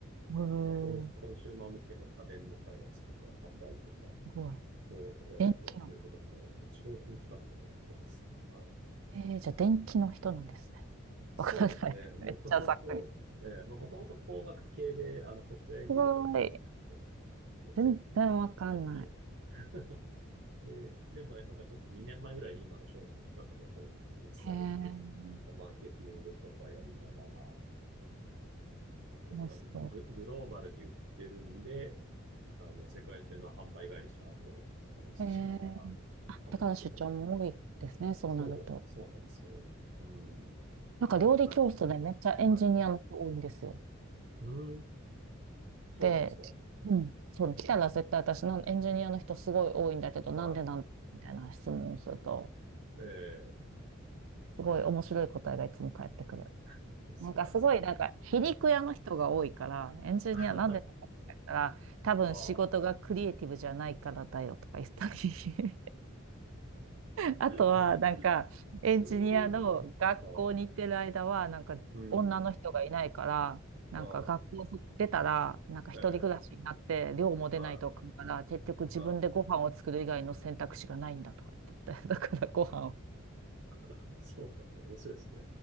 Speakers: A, on the right (about 75°); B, on the right (about 60°).
A: うーん。
B: あの、まあ、コン、コンシューマー向けの家電の開発とか販売とか
A: すごい。
B: を、えーやってるところの商品企画とかやってますね。
A: 電気の。
B: はい。
A: えー、じゃあ電気の人なんですね。<laughs>
B: そうですね。
A: わからない。<laughs>
B: もともと、
A: めっちゃざっくり。す
B: ええまあ、もともと工学系であのソフトウェアエンジニアだったんですけど、
A: ごい。
B: ソフト設計ずっとやってて、
A: 全然わかんない。
B: <laughs> で、でもなんかちょっと2年前ぐらいに今の商品企画の方に移されて、
A: へえ。
B: マーケティングとかやりながら、結構なんかグ、
A: そうそ
B: グローバルに売ってるんで、あの、世界中の販売会社と話ししながら、
A: う。えー、
B: 販売計画を考えて。
A: だから出張も多いですね、そうなると。
B: そう、そうなんですよ。うん。
A: なんか料理教室でめっちゃエンジニアの人多いんですよ。
B: もうあんま、はい。うん。そうなんですか。
A: で、うん、そう、来たら絶対私のエンジニアの人すごい多いんだけど、なんでなんみたいな質問をすると、
B: はい。ええ
A: すごい面白い答えがいつも返ってくる。
B: <laughs> そうなんですか。
A: なんかすごい、なんか皮肉屋の人が多いから、
B: ええ
A: エンジニアなんでなんだって言ったら、
B: <laughs>
A: 多分仕事がクリエイティブじゃないからだよとか言ったり。
B: ああ。
A: あとは、
B: <laughs>
A: なんか、
B: そういう、
A: エンジニアの学校に行ってる間は、
B: ああ。
A: なんか、
B: うん。
A: 女の人がいないから、なんか、
B: は
A: 学校出たら、なんか、
B: い。
A: 一人暮らしになって、
B: ええ
A: 寮も出ないとあかんから、
B: は
A: 結局自分でご飯を作る以外の選択肢がないんだとか言ってて、
B: い。はい。
A: <laughs> だからご飯を。
B: <laughs> そうなんだ。面白いですね。